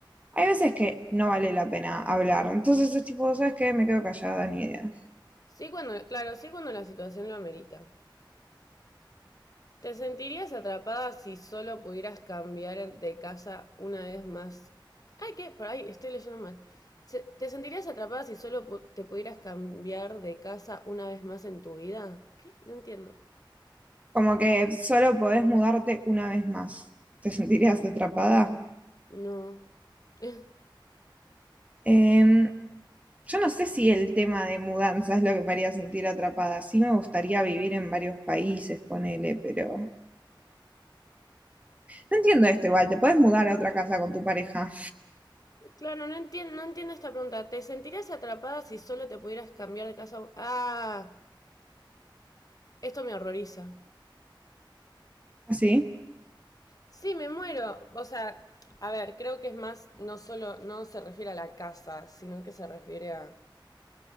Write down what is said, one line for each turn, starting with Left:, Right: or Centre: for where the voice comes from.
Right: hay veces que no vale la pena hablar. Entonces es tipo, ¿sabes qué? Me quedo callada, ni idea.
Left: Sí, cuando, claro, sí cuando la situación lo amerita. ¿Te sentirías atrapada si solo pudieras cambiar de casa una vez más? Ay, ¿qué? Por ahí estoy leyendo mal. Se- ¿Te sentirías atrapada si solo pu- te pudieras cambiar de casa una vez más en tu vida? ¿Qué? No entiendo.
Right: Como que solo podés mudarte una vez más. ¿Te sentirías atrapada?
Left: No. <laughs> Eh,
Right: Em, yo no sé si el tema de mudanza es lo que me haría sentir atrapada. Sí me gustaría vivir en varios países, ponele, pero no entiendo esto igual. Te puedes mudar a otra casa con tu pareja.
Left: Claro, no entiendo, no entiendo esta pregunta. ¿Te sentirías atrapada si solo te pudieras cambiar de casa? un- Ah, esto me horroriza.
Right: ¿Así? Sí,
Left: Sí, me muero. O sea, a ver, creo que es más, no solo, no se refiere a la casa, sino que se refiere a,